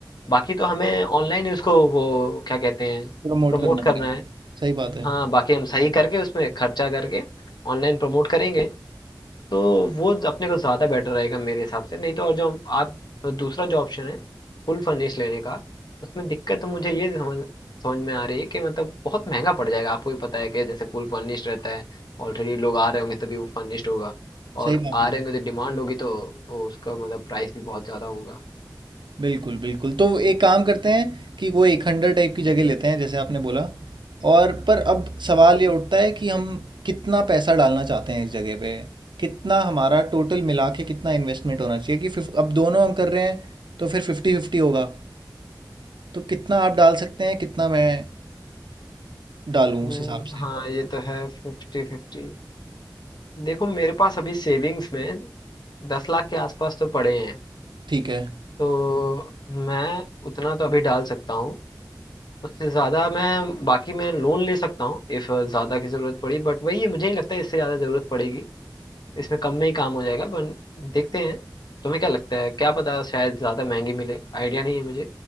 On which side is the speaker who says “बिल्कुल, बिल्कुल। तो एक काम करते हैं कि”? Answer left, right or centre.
Right